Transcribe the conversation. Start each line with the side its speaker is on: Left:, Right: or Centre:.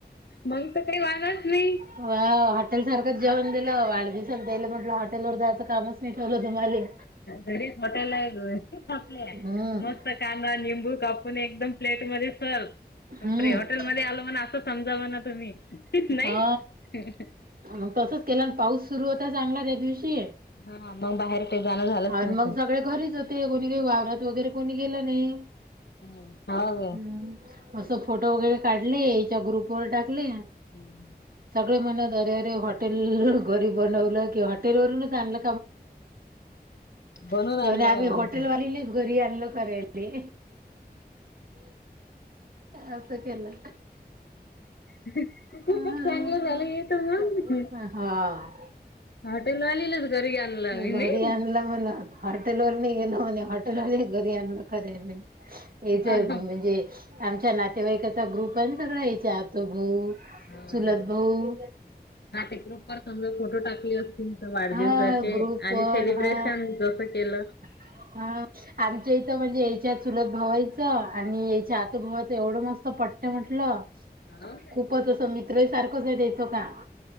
Left: मग तर काही वादच नाहीं.
Right: व हॉटेल सारखं. जेवण दिलं वाढदिवसाला त्याले म्हणलं हॉटेलवर जायचं कामच नाही ठेवलं तुम्हाले.
Left: घरी हॉटेल आहे काय? ले
Right: हम्म
Left: मस्त कांदा निंबू कापून एकदम प्लेट मध्ये सर्व बापरे..
Right: हम्म
Left: हॉटेलमध्येध्ये आलो म्हण असं समजाव ना तुम्ही.. नाही
Right: हा मग तसच केलं पाऊस सुरू होता चांगला त्या दिवशी...
Left: हा मग बाहेर काही जाणं झालंच
Right: आणि
Left: नसत.
Right: मग सगळे घरीच. ते कोणी काही वावरात वगैरे कोणी गेलं नाही.
Left: <unintelligible>
Right: हम्म. असं फोटो वगैरे काढले याच्या ग्रुप वर टाकले.
Left: हम् हम्.
Right: सगळे म्हणत अरेरे हॉटेल घरी बनवलं किंवा हॉटेल वरूनच आणलं. <unintelligible> तें
Left: बनून आणलं
Right: बोलें आम्ही
Left: काय म्हणत
Right: हॉटेल
Left: हा
Right: वालीलाच घरी आणले. असं केलं.
Left: खूपच
Right: हा.
Left: चांगलं झालं. तर मग
Right: हा.
Left: हॉटेलवालीलाच घरी आणलं आम्ही
Right: घरी
Left: नाही
Right: आणलं म्हणा हॉटेल वर नाही गेल म्हणे हॉटेल घरी आण क हेथ
Left: हा
Right: म्हणजे <unintelligible> आमच्या नातेवाईकाचा ग्रुप आहे ना सगळ या्याच्या आतो भाऊ
Left: हा
Right: चुलत भाऊ.
Left: हा ते ग्रुप्पा समजा फोटो टाकले असतील तर वाढदिवसाचे
Right: हा ग्रुप
Left: आणि
Right: वन
Left: सेलिब्रेशन
Right: हा
Left: जस कीं केल.
Right: हा आमच्या इथं म्हणजे याच्यात चुलत भवायचं आणि याच्या आतोभवाचं एवढं मस्त पटते म्हटलं..
Left: <unintelligible>
Right: मित्र सारखच द्यायचो का